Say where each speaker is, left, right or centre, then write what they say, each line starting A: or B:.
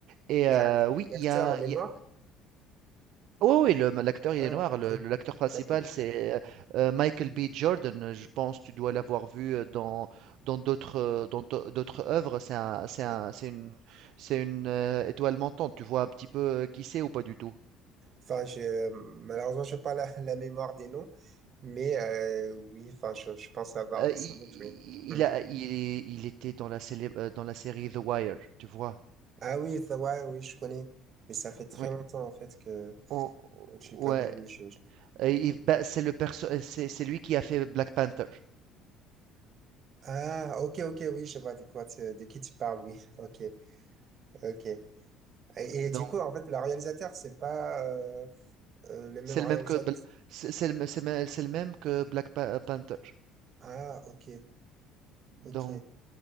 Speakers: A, on the right; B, on the right.
A: et
B: La-
A: heu,
B: la-
A: oui,
B: L'acteur,
A: il y a
B: il est
A: il
B: noir?
A: y a oui, oui, le l'acteur,
B: Ah,
A: il est noir.
B: ok.
A: Le le l'acteur principal,
B: D'accord.
A: c'est, heu heu, Michael B. Jordan. je pense que tu dois l'avoir vu, heu, dans dans d'autres, heu, dans d'au d'autres œuvres. C'est un c'est
B: Oui.
A: un c'est une c'est une, heu, étoile montante. Tu vois un petit peu, heu, qui c'est ou pas du tout?
B: Enfin, je, malheureusement, je n'ai pas la, la mémoire des noms, mais euh, oui, enfin, je, je pense avoir
A: Heu,
B: vu sans
A: i
B: doute, oui.
A: i
B: Mm.
A: il a il il était dans la célèbre, heu, dans la série The Wire, tu vois?
B: Ah oui, ça, ouais, oui, je connais. Mais ça fait très
A: Oui.
B: longtemps, en fait, que,
A: O
B: que je n'ai pas
A: ouais
B: vu. oui, je- je-
A: et il bah, c'est le perso heu, c'est c'est lui qui a fait Black Panther.
B: Ah, ok, ok, oui, je vois de quoi tu- de qui tu parles, oui. <laughs> Ok, ok. Et, et
A: Donc
B: du coup, en fait, le réalisateur, c'est pas euh, euh, le même
A: c'est
B: réalisateur.
A: le même que bl c'est c'est le mê c'est mê c'est le même que Black Pa Panther.
B: Ah, ok,
A: Donc,
B: ok.